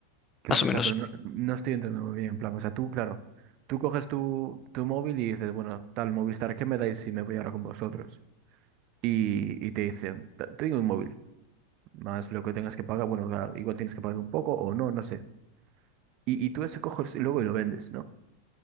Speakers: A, on the right (about 40°); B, on the left (about 20°).
A: claro,
B: más o
A: o
B: menos.
A: sea, pero no, no estoy entendiendo muy bien, en plan, o sea, tú, claro, tú coges tu, tu móvil y dices, bueno, tal Movistar, ¿qué me dais si me voy ahora con vosotros? Y, y te dicen, "Te- tengo un móvil, más lo que tengas que pagar, bueno, o sea, igual tienes que pagar un poco o no, no sé. Y, y tú ese coges y luego y lo vendes, ¿no?